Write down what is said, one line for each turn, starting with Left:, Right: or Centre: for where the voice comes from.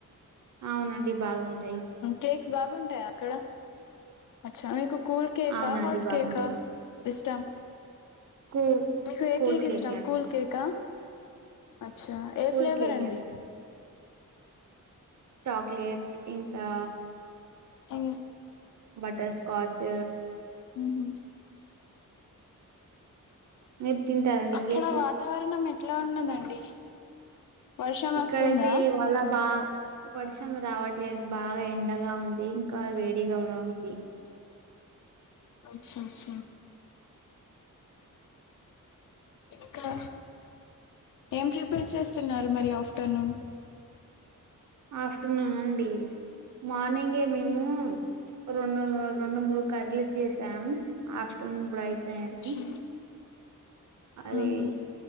Right: అవునండి బాగుంటాయి
Left: కేక్స్ బాగుంటాయా అక్కడ అచ్చ మీకు కూల్ కేక
Right: అవునండి
Left: హాట్
Right: బాగుంటది
Left: కేక ఇష్టం
Right: కూ
Left: మీకు ఏ
Right: కూల్
Left: కేక్ ఇష్టం
Right: అండి
Left: కూల్ కేక అచ్చ ఏ
Right: కూల్
Left: ఫ్లేవర్
Right: కేక్
Left: అండి
Right: చాక్లేెట్ ఇంకా
Left: ఆ
Right: బటర్ స్కాచ్
Left: ఉహు
Right: మీరు తింటారండి
Left: అక్కడ
Right: కేక్
Left: వాతావరణం ఎట్లా ఉన్నదండి వర్షం
Right: ఇక్కడైతే
Left: వస్తుందా
Right: ఇవాళ బా వర్షం రావట్లేదు బాగా ఎండగా ఉంది ఇంకా వేడిగా కూడా ఉంది
Left: అచ్చ అచ్చ ఇంకా ఏం ప్రిపేర్ చేస్తున్నారు మరి ఆఫ్టర్నూన్
Right: ఆఫ్టర్నూన్ అండి మార్నింగే మేము రెండు రెండు మూడు కర్రీలు చేసాం ఆఫ్టర్నూన్ కూడా అయితాయని
Left: అచ్చా ఆహా
Right: అది